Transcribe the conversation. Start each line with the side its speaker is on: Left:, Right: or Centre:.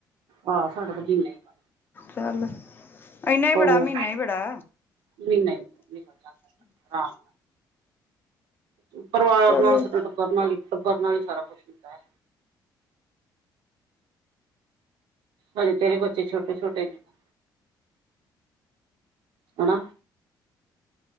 Right: ਆਹ, ਸਾਡਾ ਤਾਂ ਮਹੀਨਾ ਕਢਦਾ
Left: ਚੱਲ ਇੰਨਾ ਬੜਾ,
Right: ਹੋਰ
Left: ਮਹੀਨਾ ਹੀ ਬੜਾ
Right: ਮਹੀਨਾ ਹੀ ਨਿਕਲ ਜਾਂਦਾ ਆਰਾਮ ਪਰਿਵਾਰ
Left: ਚਲੋ
Right: ਨਾਲ ਸਾਡਾ ਟੱਬਰ ਨਾਲ ਹੀ ਟੱਬਰ ਨਾਲ ਹੀ ਸਾਰਾ ਕੁੱਛ ਹੁੰਦਾ ਹੈ। ਹਜੇ ਤੇਰੇ ਬੱਚੇ ਛੋਟੇ-ਛੋਟੇ ਨੇ ਨਾ, ਹਨਾ।